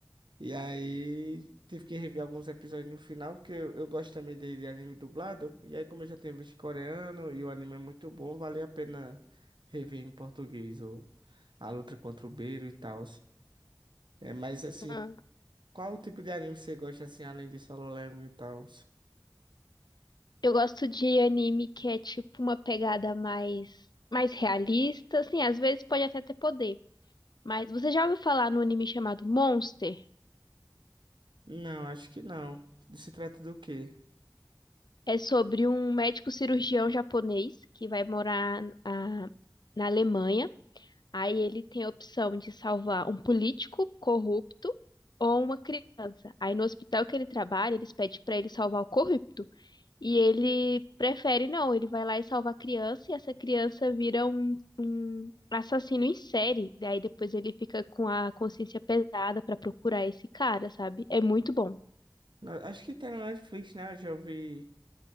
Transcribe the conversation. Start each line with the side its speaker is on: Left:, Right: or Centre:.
Right: E aí tive que rever alguns episódios no final, porque eu, eu gosto também de, de anime dublado. E aí, como eu já tinha visto coreano e o anime é muito bom, valia a pena rever em português o, a luta contra o Beiro e tal. É, mas assim,
Left: Aham.
Right: qual o tipo de anime você gosta assim, além de Solo Leveling e tal?
Left: Eu gosto de anime que é tipo uma pegada mais, mais realista, assim, às vezes pode até ter poder. Mas você já ouviu falar no anime chamado Monster?
Right: Não, acho que não. Se trata do quê?
Left: É sobre um médico cirurgião japonês que vai morar ah, na Alemanha. Aí ele tem a opção de salvar um político corrupto ou uma criança. Aí no hospital que ele trabalha, eles pedem pra ele salvar o corrupto. E ele prefere não, ele vai lá e salva a criança e essa criança vira um, um assassino em série. Daí depois ele fica com a consciência pesada pra procurar esse cara, sabe? É muito bom.
Right: Não, Acho que tem na Netflix, né? Eu já vi.